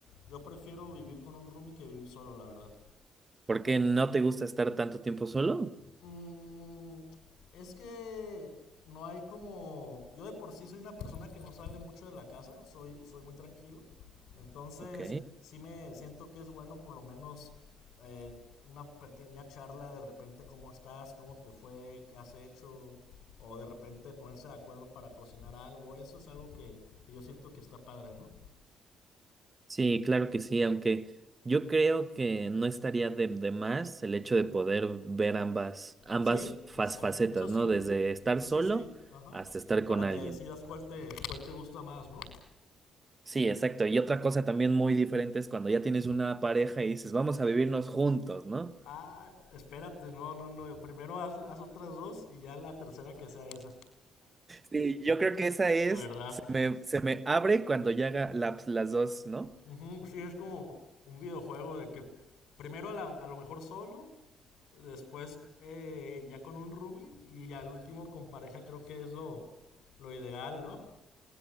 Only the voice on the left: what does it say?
yo prefiero vivir con un roomie que vivir solo, la verdad.
Mm, es que no hay como... Yo de por sí soy una persona que no sale mucho de la casa, soy, soy muy tranquilo. Entonces,
sí me siento que es bueno por lo menos eh, una pequeña charla de repente, cómo estás, cómo te fue, qué has hecho, o de repente ponerse de acuerdo para cocinar algo. Eso es algo que, que yo siento que está padre, ¿no?
Sí,
exacto,
eso sí,
eso
sí, ajá.
Para
que
decidas cuál te, cuál te gusta más, ¿no?
Ah, espérate, no, no, no. Primero haz, haz otras dos y ya la tercera que sea esa.
La verdad.
Ujú, sí, es como un videojuego de que primero a, la- a lo mejor solo, después eh, ya con un roomie y ya al último con pareja creo que es lo, lo ideal, ¿no?